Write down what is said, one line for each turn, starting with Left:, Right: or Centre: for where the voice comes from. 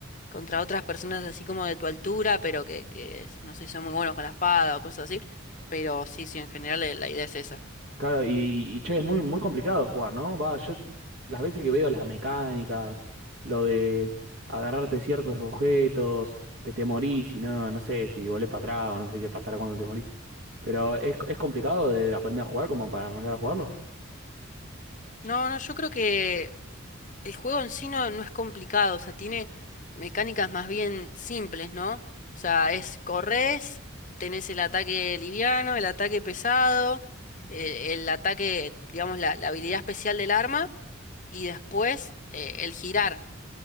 Left: contra otras personas así como de tu altura, pero que, que no sé, son muy buenos con la espada o cosas así. Pero sí, sí, en general eh, la idea es esa.
Right: Claro, y, y che, es muy, muy complicado jugar, ¿no? Va, yo las veces que veo las mecánicas, lo de agarrarte ciertos objetos, que te morís y no, no sé si volvés para atrás o no sé qué pasará cuando te morís. Pero es, es complicado de aprender a jugar como para arrancar a jugarlo.
Left: No, no, yo creo que El juego en sí no, no es complicado, o sea, tiene mecánicas más bien simples, ¿no? O sea, es corres, tenés el ataque liviano, el ataque pesado, eh, el, ataque, digamos, la, la habilidad especial del arma, y después eh, el girar.